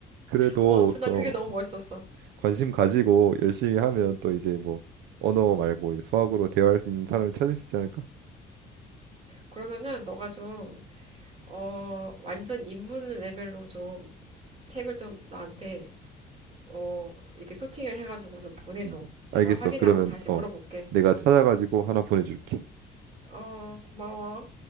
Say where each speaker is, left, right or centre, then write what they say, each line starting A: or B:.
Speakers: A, on the right; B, on the right.
A: 그래도,
B: 어, 아무튼
A: 그,
B: 난 그게
A: 어,
B: 너무 멋있었어.
A: 관심 가지고 열심히 하면 또 이제 뭐, 언어 말고 이제 수학으로 대화할 수 있는 사람을 찾을 수 있지 않을까?
B: 그러면은 너가 좀, 어, 완전 입문 레벨로 좀 책을 좀 나한테, 어, 이렇게 소팅을 해가지고 좀 보내줘.
A: 음,
B: 내가
A: 알겠어.
B: 확인하고
A: 그러면
B: 다시
A: 어,
B: 물어볼게.
A: 내가 찾아가지고 하나 보내줄게.
B: 어, 고마워.